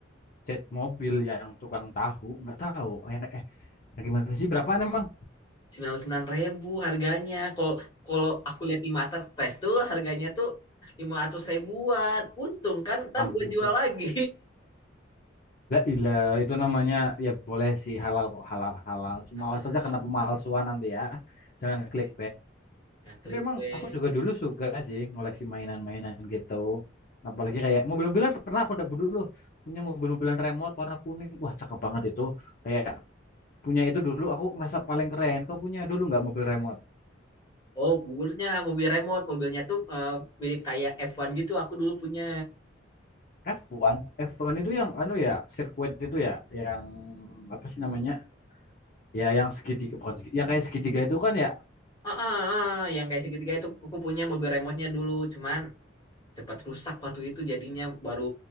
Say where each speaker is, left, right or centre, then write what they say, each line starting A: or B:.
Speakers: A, on the left (about 45°); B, on the left (about 20°).
A: jet mobil yang tukang tahu nggak tahu. Oh, Yang eh, yang gimana sih? Berapaan emang?
B: sembilan puluh sembilan ribu harganya. Kalau kalau aku lihat di Marketplace tuh harganya tuh 500 ribuan. Untung kan ntar
A: Ah,
B: gue
A: buset.
B: jual lagi.
A: La ilah, itu namanya ya boleh sih halal kok halal halal. Cuma
B: <laughs> Halal
A: awas saja
B: halal.
A: kena pemalsuan nanti ya. Jangan klik
B: Eh, nggak clickbait.
A: Tapi emang aku juga dulu suka sih ngoleksi mainan-mainan gitu. Apalagi kayak mobil-mobilan pernah aku dapat dulu punya mobil-mobilan remote warna kuning. Wah, cakep banget itu. Kayak punya itu dulu aku ngerasa paling keren. Kau punya dulu nggak mobil remote?
B: Oh, mobilnya mobil remote, mobilnya tuh eh, mirip kayak f satu gitu aku dulu punya.
A: F1, F1 itu yang anu ya, sirkuit itu ya, yang apa sih namanya? Ya yang segitiga, bukan segitiga, yang kayak segitiga itu kan ya
B: Ah, ah, ah, yang kayak segitiga itu aku punya mobil remote-nya dulu, cuman cepat rusak waktu itu jadinya baru